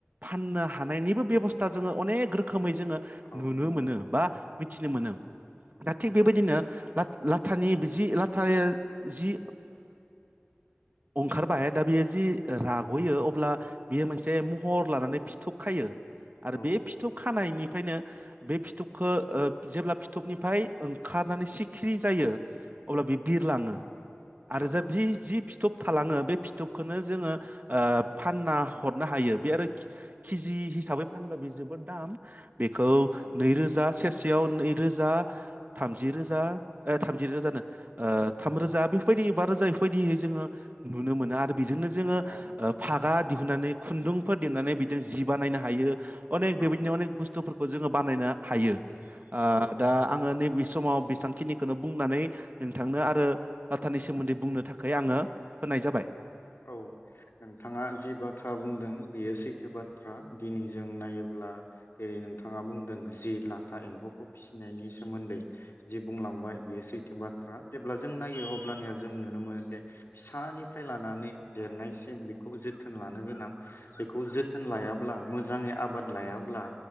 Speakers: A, on the right; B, on the left.
A: फाननो हानायनिबो बेबस्था जोङो अनेक रोखोमै जोङो
B: औ
A: नुनो
B: नंगौ
A: मोनो बा मिथिनो मोनो दा थिग
B: नंगौ
A: बेबायदिनो ला लाथानि बिजि लाथायो जि ओमो अंखारबाय दा बेयो जि राग'यो अब्ला बियो मोनसे महर लानानै फिथोब खायो आरो
B: औ
A: बे
B: औ
A: फिथोब खानायनिफ्रायनो बे फिथुबखो ओ जेब्ला फिथुबनिफ्राय ओंखारनानै सिखिरि जायो अब्ला बे बिरलाङो
B: औ
A: आरो जाब जि जिब थालाङो बे फिथुबखोनो जोङो ओ फानना हरनो हायो बे आरो खि-खिजि हिसाबै फानब्ला बे जोबोद दाम बेखौ
B: औ
A: नैरोजा सेरसेयाव नैरोजा थामजि रोजा ओ थामजि रोजानो ओ थामरोजा बेफोरबायदि बा रोजा बेफोरबायदियै जोङो नुनो मोनो आरो बेजोंनो जोङो
B: औ
A: ओ फागा दिहुननानै खुन्दुंफोर देनानै बिजों जि बानायनो हायो अनेक
B: औ
A: बेबायदिनो अनेक बुस्थुफोर खौ जोङो बानायनो हायो। ओ
B: औ
A: दा आङो नैबे समाव बेसांखिनिखोनो बुंनानै नोंथांनो आरो लाथानि सोमोन्दै बुंनो थाखाय आङो होनाय जाबाय।
B: औ नोंथाङा जि बाथ्रा बुंदों बेयो सैथो बाथ्रा दिनै जों नायोब्ला जेरै नोंथाङा बुंदों जि लाथा एम्फौखौ फिसिनायनि सोमोन्दै जि बुंलांबाय बियो सैथो बाथ्रा जेब्ला जों नायो अब्लानिया जों नुनो मोनोदिे फिसानिफ्राय लानानै देरनायसिम बेखौ जोथोन लानो गोनां बेखौ जोथोन लायाब्ला मोजाङै आबाद लायाब्ला